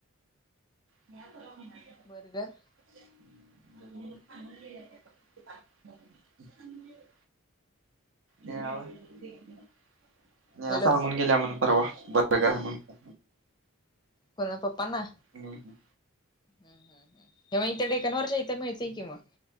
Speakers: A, on the right; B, on the left.
A: <unintelligible>
B: बर्गर
A: <unintelligible> नाही
B: हॅलो
A: सांगून गेल्या म्हण परवा बंद करा म्हणून. अ
B: कोणला पापा ना
A: हम ह
B: हम् हम हम तेव्हा इथं टेकनवरच्या इथं मिळते कि मग